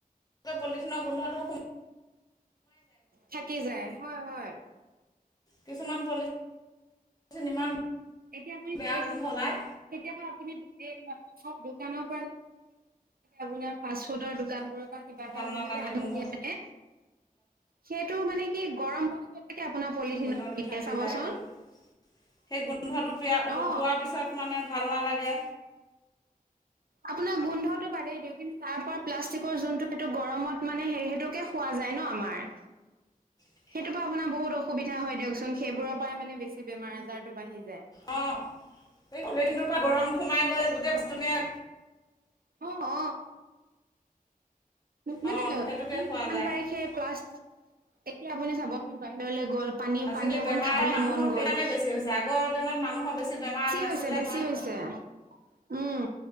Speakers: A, on the left (about 25°); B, on the right (about 75°).
A: তই পলিথিনৰ গোন্ধটো শই।
B: থাকি যায় হয় হয়।
A: কিছুমান পলি ঠিন ইমান।
B: এতিয়া আপুনি
A: বেয়া
B: ক'বচোন
A: গোন্ধ ওলায়
B: কেতিয়াবা আপুনি গোটেই দোকানত। আপোনাৰ ফাচ ফুডৰ দোকান বোৰত। কিবা এটা
A: ভাল
B: যেনেকে
A: নালাগে
B: আবুন
A: গোন্ধবিলাক
B: দিয়া থাকে সেইটো মানে কি গৰম বস্তু। এটো আপোনাৰ পলিথিনত
A: গোন্ধটো
B: দিয়ে
A: থাকি
B: চাবচোন
A: যায়গৈ সেই গোন্ধটো পিয়া
B: অ।
A: পোৱাৰ পিছত মানে ভাল নালাগে।
B: আপোনাৰ গোন্ধটো বাদেই দিওঁক কিন্তু তাৰ পৰা প্লাষ্টিকৰ যোনটো সেইটো গৰমত মানে হেৰী সেইটো। টে খে খোৱা যায় ন আমাৰ।
A: চি।
B: সেইটোৰ পৰা আপোনাৰ বহুত অসুবিধা হয় দিয়কচোন সেইবোৰৰ পৰাই মানে বেছি বেমাৰ আজাৰটো বাঢ়ি যায়।
A: অ এই পলিঠিনটোৰ পৰা গৰম সোমাই গ'লে গোটেই বস্তুখিনি য়ে।
B: অ অ। মানে
A: অঁ
B: আ
A: সেইটোকে
B: আপুনি
A: খোৱা
B: যিমান
A: যায়
B: পাৰে সেই প্লাছ। এতিয়া আপুনি চাবচোন বাহিৰলৈ গ'ল পানী
A: আজিকালি
B: পানী অকন
A: বেমাৰ
B: খাবলে
A: মানুহৰ
B: মন
A: সেইকাৰণে
B: গ'ল।
A: বেছি হৈছে আগৰ দিনত মানুহৰ বেছি বেমাৰ নাছিলে
B: হৈছে বেছি
A: হয়।
B: হৈছে উম